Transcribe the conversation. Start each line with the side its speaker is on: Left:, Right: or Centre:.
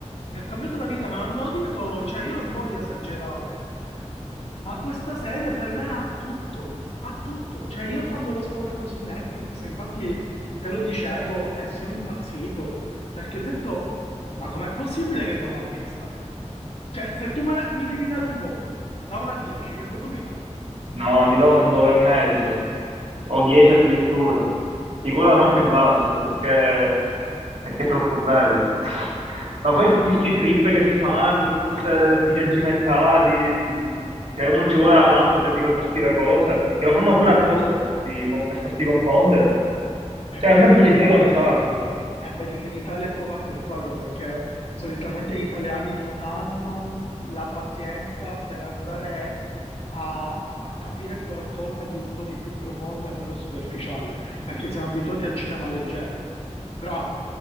Left: Mi ha cambiato la vita, ma non lo dico, cioè, io non voglio esagerare. Ma questa serie per me ha tutto, ha tutto. Cioè, io quando l'ho scoperta su Netflix, infatti te lo dicevo e sono impazzito, perché ho detto, ma com'è possibile che non l'ha vista? Cioè, se tu me la- mi devi dare un voto, da 1 a 10, che voto mi dai?
Right: No, ti do un 9 e mezzo o 10 addirittura. Sicuro non più basso perché, perché è troppo bello. <laughs> Ma
Left: E
Right: poi tutti questi trip che si fanno, tutti questi viaggi mentali, se- che uno ci vuole la mappa per ricordarsi le cose, che lo fanno pure apposta per farti, per farti confondere. Cioè,
Left: vedi
Right: a me
Left: che
Right: pure
Left: in Italia,
Right: intriga un sacco.
Left: e vedi che in Italia è poco apprezzata perché solitamente gli italiani non hanno la pazienza per andare a, a capire qualcosa di un po' di più profondo e meno superficiale, perché siamo abituati al cinema leggero. Però,